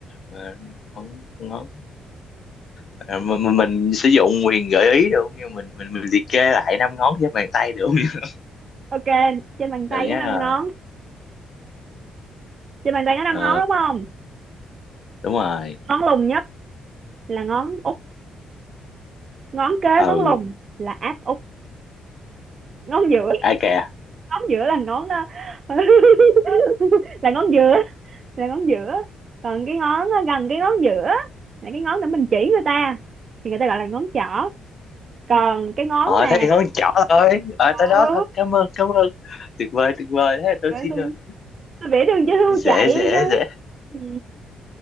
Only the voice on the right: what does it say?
Ok, trên bàn
tay
có 5 ngón. Trên bàn tay có năm
ngón đúng không?
Ngón lùng nhất là ngón út, ngón kế
ngón lùng là áp út, ngón giữa,
ngón giữa là ngón ờ, <laughs> là ngón giữa, là ngón giữa. Còn cái ngón ờ, gần cái ngón giữa là cái ngón để mình chỉ người ta thì người ta gọi là ngón trỏ. Còn cái ngón
mà
Ừ,
phải
không?
tôi vẽ đường
cho hươu
chạy
hay sao?
Ừ,